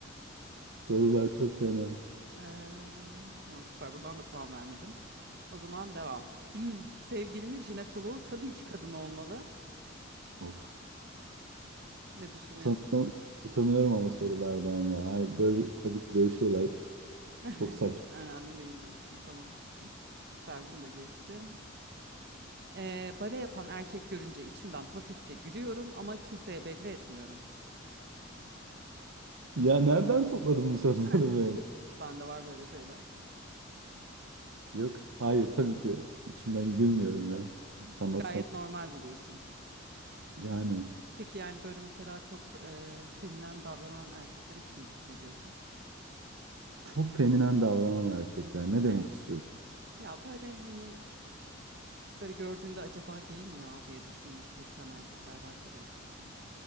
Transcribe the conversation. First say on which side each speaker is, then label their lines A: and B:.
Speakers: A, on the right; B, on the right.
A: Sorular çok fena.
B: Eee, tamam süper buradan da puan vermedim. O zaman devam. Sevgilimin jinekoloğu tabii ki kadın olmalı.
A: Of.
B: Ne düşünüyorsun?
A: Utanıyorum, utanıyorum ama sorulardan ya. Hayır, böyle tabii ki böyle şeyler
B: <laughs>
A: çok saçma.
B: Hiç önemli değil diyorsun. Tamam. Süper bunu da geçtim. Ee, bale yapan erkek görünce içimden hafifçe gülüyorum ama kimseye belli etmiyorum.
A: Ya nereden topladın bu soruları
B: <laughs>
A: böyle?
B: Bende var böyle şeyler.
A: Yok, hayır tabii ki içimden gülmüyorum ya.
B: Hmm,
A: Sanatsal.
B: Gayet normal buluyorsun.
A: Yani
B: Peki yani böyle mesela çok e, feminen davranan erkekler için ne diyorsun?
A: çok feminen davranan erkekler ne demek
B: Evet.
A: istiyorsun?
B: Ya böyle hani böyle gördüğünde acaba gay mi ya diye düşündürten erkekler vardır ya.